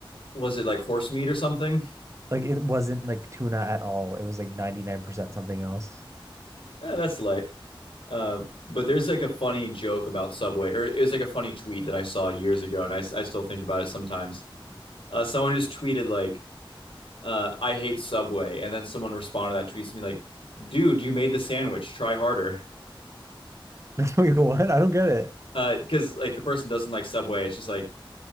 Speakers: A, on the left; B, on the right.
A: Was it like horse meat or something?
B: Like, it wasn't like tuna at all. It was like 99% something else.
A: Eh, that's life. Uh, but there's like a funny joke about Subway, or it was like a funny tweet that I saw years ago, and I, I still think about it sometimes. Uh, someone just tweeted like, uh, "I hate Subway," and then someone responded to that tweet to me like, "Dude, you made the sandwich. Try harder."
B: <laughs> Wait, what? I don't get it.
A: Uh, because like the person doesn't like Subway. It's just like